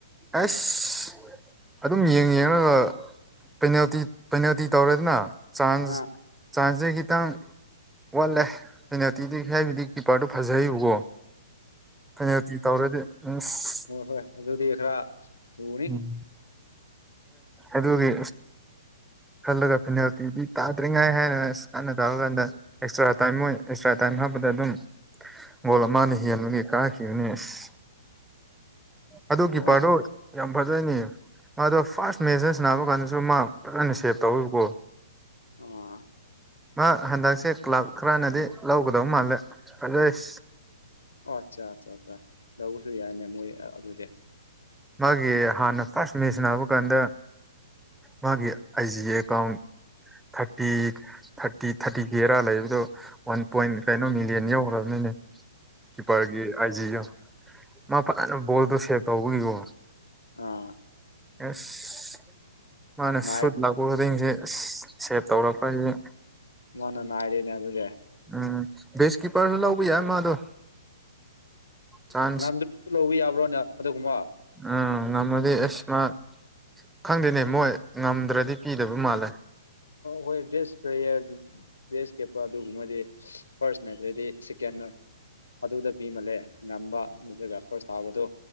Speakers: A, in the centre; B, on the left.
A: ꯑꯁ ꯑꯗꯨꯝ ꯌꯦꯡ ꯌꯦꯡꯉꯒ ꯄꯦꯅꯥꯜꯇꯤ ꯄꯦꯅꯥꯜꯇꯤ ꯇꯧꯔꯦꯗꯅ ꯆꯥꯟꯖ
B: ꯑ
A: ꯆꯥꯟꯁꯁꯦ ꯈꯤꯇꯪ ꯋꯥꯠꯂꯦ ꯄꯦꯅꯥꯜꯇꯤꯗꯨ ꯍꯥꯏꯕꯗꯤ ꯀꯤꯞꯄꯔꯗꯨ ꯐꯖꯩꯕꯀꯣ ꯄꯦꯅꯥꯢꯜꯇꯤ ꯇꯧꯔꯗꯤ ꯑꯁ
B: ꯍꯣꯏ ꯍꯣꯏ ꯑꯗꯨꯗꯤ ꯈꯔ ꯂꯨꯅꯤ
A: ꯎꯝ ꯑꯗꯨꯒꯤ ꯈꯜꯂꯒ ꯐꯦꯅꯥꯜꯇꯤꯗꯤ ꯇꯥꯗ꯭ꯔꯤꯉꯥꯏ ꯍꯥꯏꯅ ꯑꯁ ꯀꯥꯟꯅ ꯇꯥꯕ ꯀꯥꯟꯗ ꯑꯦꯛꯁꯇ꯭ꯔꯥ ꯇꯥꯏꯃꯤꯡ ꯑꯣꯢ ꯑꯦꯛꯁꯇ꯭ꯔꯥ ꯍꯥꯞꯄꯗ ꯑꯗꯨꯝ ꯒꯣꯜ ꯑꯃꯅ ꯍꯦꯟꯕꯒꯤ ꯀꯥꯈꯤꯕꯅꯦ ꯑꯁ ꯑꯗꯣ ꯀꯤꯄꯔꯗꯣ
B: ꯃꯣꯏꯁꯦ
A: ꯑꯗꯨꯅꯦ ꯃꯥꯗꯣ ꯐꯥꯔꯁ ꯃꯦꯖꯔꯁ ꯅꯥꯕ ꯀꯥꯟꯗꯁꯨ ꯃꯥ ꯐꯖꯅ ꯁꯦꯞ ꯇꯧꯋꯤꯕꯀꯣ
B: ꯑ
A: ꯃꯥ ꯍꯟꯗꯛꯁꯦ ꯀ꯭ꯂꯕ ꯈꯔꯅꯗꯤ ꯂꯧꯒꯗꯧ ꯃꯥꯜꯂꯦ ꯑꯗꯣꯏꯁ
B: ꯑꯣ ꯑꯠꯆꯥ ꯑꯠꯆꯥ ꯑ ꯂꯧꯕꯁꯨ ꯌꯥꯏꯅꯦ ꯃꯣꯏ ꯑꯗꯨꯗꯤ
A: ꯃꯥꯒꯤ ꯍꯥꯟꯅ ꯐꯥꯔꯁ ꯃꯦꯁ ꯁꯅꯥꯕ ꯀꯥꯟꯗ ꯃꯥꯒꯤ I G account thirty thirty ꯊꯥꯔꯇꯤꯒꯤꯔꯥ ꯂꯩꯕꯗꯣ ꯋꯥꯟ ꯄꯣꯏꯟ ꯀꯩꯅꯣ ꯃꯤꯂꯤꯌꯟ ꯌꯧꯈ꯭ꯔꯕꯅꯤꯅ ꯎ ꯀꯤꯞꯄꯔꯒꯤ ꯑꯥꯏꯖꯤꯒ ꯃꯥ ꯐꯖꯅ ꯕꯣꯜꯗꯣ ꯁꯦꯞ ꯇꯧꯕꯒꯤꯀꯣ
B: ꯑ
A: ꯑꯦꯁ ꯃꯥꯅꯦ
B: ꯅꯥꯏ
A: ꯁꯨꯠ ꯂꯥꯛꯄ ꯈꯨꯗꯤꯡꯁꯤ ꯁꯦꯚ ꯇꯧꯔꯛꯄꯒꯤ
B: ꯃꯥꯅ ꯅꯥꯏꯔꯦꯅꯦ ꯑꯗꯨꯗꯤ
A: ꯎꯝ ꯕꯦꯁꯀꯤꯞꯄꯔ ꯂꯧꯕ ꯌꯥꯏ ꯃꯥꯗꯣ ꯆꯥꯟꯁ
B: ꯉꯝꯗꯨ ꯂꯧꯕ ꯌꯥꯕ꯭ꯔꯣꯅꯦ ꯑꯗꯨꯒꯨꯝꯕ
A: ꯎꯝ ꯉꯝꯃꯗꯤ ꯑꯦꯁ ꯃ ꯈꯪꯗꯦꯅꯦ ꯃꯣꯏ ꯉꯝꯗ꯭ꯔꯗꯤ ꯄꯤꯗꯕ ꯃꯥꯜꯂꯦ
B: ꯍꯣꯏ ꯕꯦꯁ ꯄ꯭ꯂꯦꯌꯔ ꯕꯦꯁ ꯀꯦꯄꯔ ꯑꯗꯨꯒꯨꯝꯕꯗꯤ ꯐꯥꯔꯁ ꯃꯅꯥꯠꯇꯗꯤ ꯆꯤꯀꯦꯟ ꯑꯗꯨꯗ ꯄꯤꯃꯜꯂꯦ ꯉꯝꯕ ꯑꯗꯨꯒ ꯐꯥꯔꯁ ꯊꯥꯕꯗꯣ